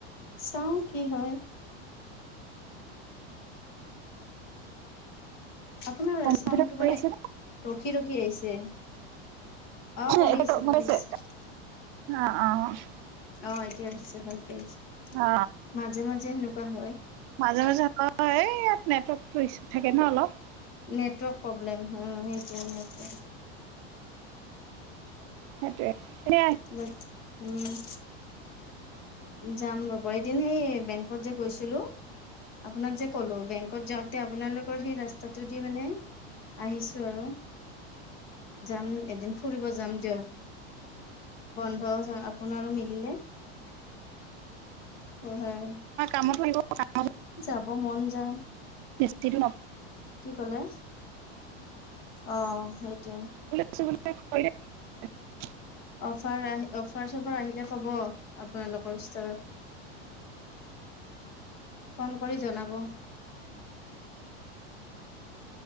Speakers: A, on the left (about 55°); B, on the right (about 40°).
A: চাওঁ কি হয় আপোনাৰ
B: কম্পিউটাৰ
A: চাউডটো
B: কৰি
A: মানে
B: আছে
A: ৰখি ৰখি আহিছে অহ'
B: নে
A: কৰি
B: এতিয়া
A: আছে,
B: গম
A: কৰি
B: পাইছে
A: আছে।
B: অ' অহ'
A: অ' এতিয়া হৈছে ভালকে আহিছে
B: অ
A: মাজে মাজে সেনেকুৱা হয়।
B: মাজে মাজে হয়, এই ইয়াত নেটৱৰ্কতটো ইছু থাকে ন অলপ
A: নেটৱৰ্ক প্ৰব্লেম হয় সেইটোৱে নেটে
B: সেইটোৱে এনে
A: উম, উম। যাম ৰ'বা এদিন হেই বেংকত যে গৈছিলোঁ। আপোনাক যে কলোঁ বেংকত যাওঁতে আপোনালোকৰ সেই ৰাস্তাটোদি মানে আহিছোঁ আৰু যাম এদিন ফুৰিব যাম দিয় বন্ধ য আপোনাৰো মিলিলে অ' হয়।
B: কামত লাগিব কামত
A: যাব মন যায়।
B: নিশ্চিত।
A: কি কলে? অ' সেইটোৱাই।
B: আ <unintelligible>
A: অফাৰ আহ অফাৰ চফাৰ আহিলে ক'ব আপোনালোকৰ ইষ্টৰত। উ <unintelligible> ফোন কৰি জনাব।